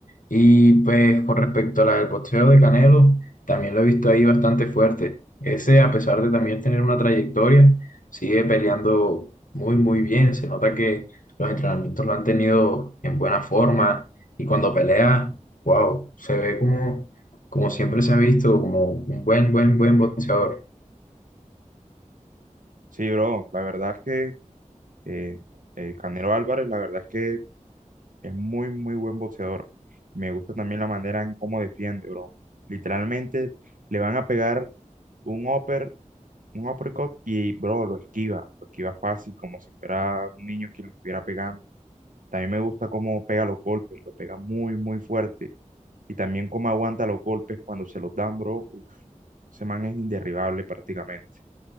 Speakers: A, on the left; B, on the right.
A: Y pues con respecto a la del boxeo de Canelo, también lo he visto ahí bastante fuerte. Ese, a pesar de también tener una trayectoria, sigue peleando muy, muy bien. Se nota que los entrenamientos lo han tenido en buena forma y cuando pelea, wow, se ve como, como siempre se ha visto, como un buen, buen, buen boxeador.
B: Sí, bro, la verdad es que eh, eh, Canelo Álvarez, la verdad es que Es muy, muy buen boxeador. Me gusta también la manera en cómo defiende, bro. Literalmente le van a pegar un upper, un uppercut y, bro, lo esquiva. Lo esquiva fácil, como si fuera un niño quien le estuviera pegando. También me gusta cómo pega los golpes, lo pega muy, muy fuerte. Y también cómo aguanta los golpes cuando se los dan, bro. Uf, ese man es inderribable prácticamente.